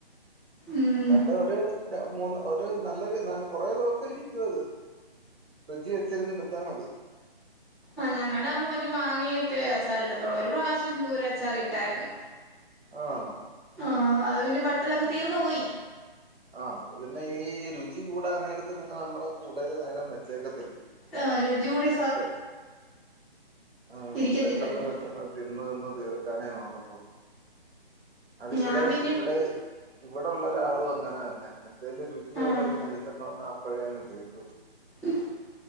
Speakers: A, in the centre; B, on the right (about 80°).
A: ഉം
B: എന്നിട്ട് ഒരു- മൂന്ന് ഒരു നല്ല നല്ല കൊറേ ദിവസം ഇരിക്കുവത് ഫ്രിഡ്ജി വെച്ചിരുന്ന് ടുത്താ മതി
A: ആ ഞങ്ങളടെ അമ്മമാര് മാങ്ങയൊക്കെ അച്ചാറിടും ഇഒരു പ്രാവശ്യം ചൂരാച്ചാറി ട്ടായിരുന്നു
B: ആഹ്
A: ആ അത് പിന്നെ പെട്ടന്നങ്ങ്
B: ഉം
A: തീർന്നു പോയി
B: ആ അത് പിന്നെ ഈ ഇജ്ജ് കുടാൻനേരത്ത് പിന്നെ നമ്മള് കുടുതൽ നേരം വെച്ചേകു
A: ആ രുചി കുടി
B: പെ ആ
A: ഇരിക്കത്തില്ലല്ലേ
B: പെട്ടെന്ന് പെട്ടെന്ന് തിന്ന് തിന്ന് തിർക്കാന ഞാൻ നേ <unintelligible> അത് ഇവിടെയ്
A: ഞാൻ പിന്നെ
B: ഇവിടെയ് ഉ ഇവിടെയുള്ള ഒരാളും അങ്ങനെ തന്നെ വല്ല രുചിയുള്ളതും
A: ആഹ്
B: മേടിച്ച്തന്ന ന്ന അപ്പഴേ അങ്ങ് തീർക്കും
A: ഉം